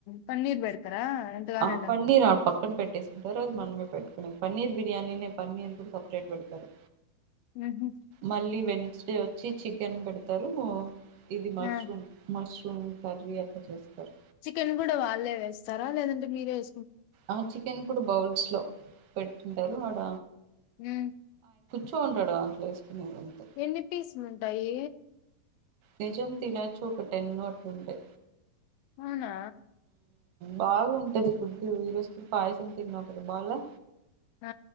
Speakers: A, on the left; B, on the right.
A: పన్నీర్ పేడ్ అర ఎంతగాలండి
B: ఆ పన్నీర్
A: అంత
B: ఆ పక్కన పెట్టేసుకుంటారు అది మనమే పెట్టుకునే పన్నీర్ బిర్యానీ పన్నీర్ కూడా సపరేట్ పెడతారు
A: ఉహు.
B: మళ్ళీ వెన్న నక్స్ డే వచ్చి చికెన్ పెడతారు ఇది మష్రూమ్
A: ఆ,
B: మష్రూమ్ కర్రీ అట్లా చేస్తారు
A: చికెన్ కూడా వాళ్ళే వేస్తారా లేదంటే మీరే వే
B: ఆ చికెన్ కూడా బౌల్స్ లో పెట్టుంటారు ఆడ
A: ఉమ్.
B: చూంటాడు ఆంట్స్ కొన గుంత
A: ఎన్ని పీసులు ఉంటాయి
B: నిజం తిన చూ ఒకటన్నట్ంది
A: అవునా
B: బాగు ఉంటది ఫుడ్డూ ఈ రోజు కూడ పాయసం తిన్నావ్ కదా బాగలే
A: ఆ